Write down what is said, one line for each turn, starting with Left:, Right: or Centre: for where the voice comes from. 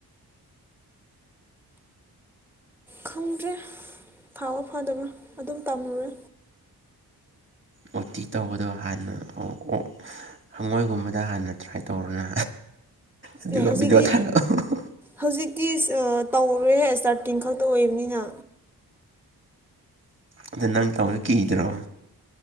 Centre: ꯈꯪꯗ꯭ꯔꯦ ꯐꯥꯕ ꯐꯗꯕ꯭ꯔꯥ ꯑꯗꯨꯝ ꯇꯝꯃꯨꯔꯦ
Right: ꯑꯣꯇꯤ ꯇꯧꯕꯗꯣ ꯍꯥꯟꯅ ꯑꯣ ꯍꯪꯉꯣꯏꯒꯨꯝꯕꯗ ꯍꯥꯟꯅ ꯇ꯭ꯔꯥꯏ ꯇꯧꯔꯅ ꯑꯗꯨꯒ
Centre: ꯑꯦ ꯍꯧꯖꯤꯛꯇꯤ
Right: ꯚꯤꯗꯤꯑꯣ ꯊꯥꯔꯛꯑꯣ
Centre: ꯍꯧꯖꯤꯛꯇꯤ ꯇꯧꯔꯣꯏꯌꯦ ꯏꯁ꯭ꯇꯥꯔꯇꯤꯡ ꯈꯛꯇ ꯑꯣꯏꯕꯅꯤꯅ
Right: ꯑꯗꯨ ꯅꯪ ꯇꯧꯕꯗ ꯀꯤꯗ꯭ꯔꯣ